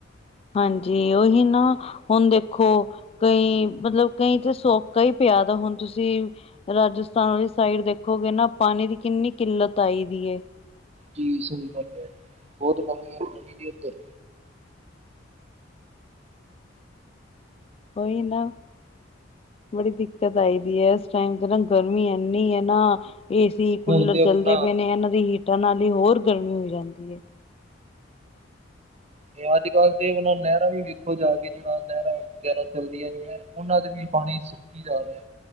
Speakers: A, on the left; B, on the right.
A: ਹਾਂਜੀ ਉਹੀ ਨਾ। ਹੁਣ ਦੇਖੋ, ਕਈ ਮਤਲਬ ਕਈ ਤੇ ਸੋਕਾ ਹੀ ਪਿਆ ਤਾਂ ਹੁਣ ਤੁਸੀਂ ਰਾਜਸਥਾਨ ਵਾਲੀ ਸਾਈਡ ਦੇਖੋਗੇ ਨਾ ਪਾਣੀ ਦੀ ਕਿੰਨੀ ਕਿੱਲਤ ਆਈ ਦੀ ਏ।
B: ਜੀ ਸਹੀ ਗੱਲ ਹੈ, ਬਹੁਤ ਕਮੀ ਹੈ ਪਾਣੀ ਦੀ ਉੱਧ। ਰ
A: ਓਹੀ ਨਾ। ਬੜੀ ਦਿੱਕਤ ਆਈ ਦੀ ਹੈ, ਇਸ ਟਾਈਮ ਤੇ ਨਾ ਗਰਮੀ ਇੰਨੀ ਹੈ ਨਾ ਏ ਸੀ, ਕੂਲਰ
B: ਹੁਣ ਤੇ
A: ਚੱਲਦੇ
B: ਆਪਣਾ
A: ਪਏ ਨੇ ਇਹਨਾਂ ਦੀ ਹੀਟਰ ਨਾਲ ਹੀ ਹੋਰ ਗਰਮੀ ਹੋ ਜਾਂਦੀ ਹੈ।
B: ਤੇ ਅੱਜ ਕੱਲ੍ਹ ਤੇ ਵਲ ਨਹਿਰਾਂ ਵੀ ਵੇਖੋ ਜਾ ਕੇ ਜਿਹੜਾ ਨਹਿਰਾਂ ਵਗੈਰਾ ਚੱਲਦੀਆਂ ਰਹੀਆਂ। ਉਹਨਾਂ ਦਾ ਵੀ ਪਾਣੀ ਸੁੱਕੀ ਜਾ ਰਿਹਾ।